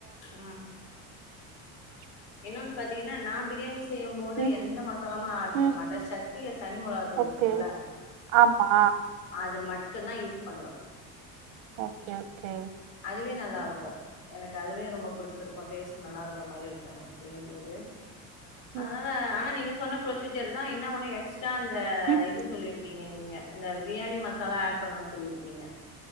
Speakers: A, on the left; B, on the right.
A: ம்
B: உ
A: இன்னொன் பாத்தீங்கன்னா நா பிரியாணி செய்யும் போது
B: ம்
A: எந்த மசாலாம ஆட் பண்ண
B: ம்
A: மாட்ட சக்தில தனி மொளகா தூள்
B: ஓகே
A: இருக் சொல்ல
B: ஆமா
A: அது மட்டுந்தா யூஸ் பண்ணுவ
B: ஓகே ஓகே
A: அதுவே நல்லா இருக்கு எனக்கு அதுவே ரொம்ப புடிச்சிருக்கு டேஸ்ட் நல்லா இருக்கிற மாரி இருக்கு எனக் செய்யும்போது
B: ம்
A: அதனால ஆனா நீங்க சொன்னப் ப்ரொசீஜர் தா என்ன ஒன்னு எக்ஸ்ட்ரா அந்த
B: ம்
A: இது சொல்லிருக்கீங்க நீங்க இந்த பிரியாணி மசாலா ஆட் பண்ண சொல்லிருக்கீங்க